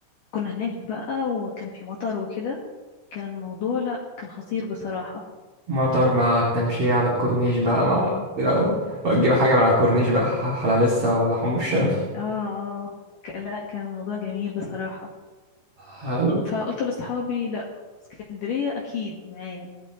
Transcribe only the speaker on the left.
كنا هناك بقى وكان في مطر وكده كان الموضوع لا كان خطير بصراحة
اه
اه اه ك- لا كان الموضوع جميل بصراحة
فقلت لأصحابي لا اسكندرية أكيد معايا